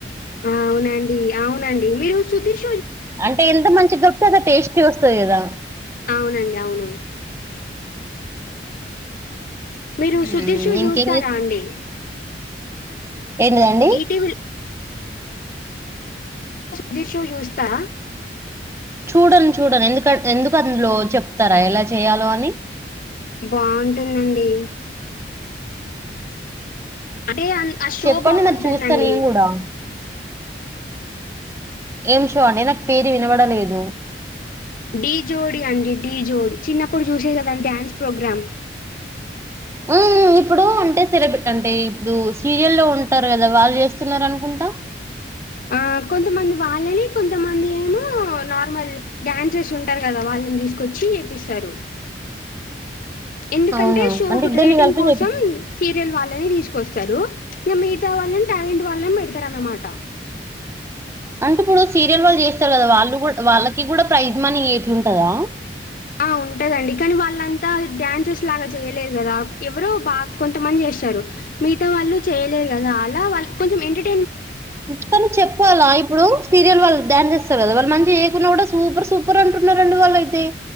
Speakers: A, on the left; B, on the right.
A: ఆ అవునండి అవునండి మీరు సుదీష్
B: అంటే ఎంత మంచిగా కలిపితే టేస్ట్ వస్తుంది గదా
A: అవునండి అవును మీరు
B: ఉమ్
A: సుధీర్ షో
B: ఇంకేం
A: చూస్తారా
B: చేస్
A: అండి
B: ఏంటిదండి
A: ఈటీవీ సుధీర్ షో చూస్తా
B: చూడను చూడను ఎందు ఎందుకు అందులో చెప్తారా ఎలా చేయాలో అని
A: బాగుంటుందండీ అంటే ఆ షో
B: చెప్పండి
A: బాగుంటుందండి
B: నాకు చూస్తా నేను కూడా ఏం షో అండీ నాకు పేరు వినబడలేదు
A: డీ జోడీ అండి డీ జోడీ చిన్నప్పుడు చూసే గదండి డ్యాన్స్ ప్రోగ్రామ్
B: మ్ ఇప్పుడు అంటే తెరపెట్టండి ఇప్పుడు సీరియల్లో ఉంటారు కదా వాళ్ళు చేస్తున్నారు అనుకుంటా
A: ఆ కొంతమంది వాళ్ళని కొంతమంది ఏమో నార్మల్ డాన్సర్స్ ఉంటారు కదా వాళ్ళని తీసుకొచ్చి ఏపిస్తారు ఎందుకంటే
B: అవునా
A: షో
B: అంటే
A: కు
B: ఇద్దరిని
A: రేటింగ్
B: కలిపి
A: కోసం
B: చేపిస్
A: సి వాళ్ళని తీసుకొస్తారు ఇంకా మిగతా వాళ్ళని టాలెంట్ వాళ్ళని పెడతారు అనమాట
B: అంటే ఇప్పుడు సీరియల్ వాళ్ళు చేస్తారు కదా వాళ్ళు కూడా వాళ్ళకి కూడా ప్రైజ్ మనీ ఏట్ల ఉంటందా
A: ఆ ఉంటదండి కానీ వాళ్ళంతా డ్యాన్సెస్ లాగా చేయలేదు కదా ఎవరు బాగా కొంతమంది చేస్తారు మీతో వాళ్ళు చేయలేరు కదా అలా వాళ్ళ కొంచెం ఎంటర్
B: ఇత్తను చెప్పాలా ఇప్పుడు సీరియల్ వాళ్ళు డ్యాన్స్ సెస్ స్తరు కదా వాళ్లు మంచిగ చేయకున్నా కూడా సూపర్ సూపర్ అంటున్నారండి వాళ్ళయితే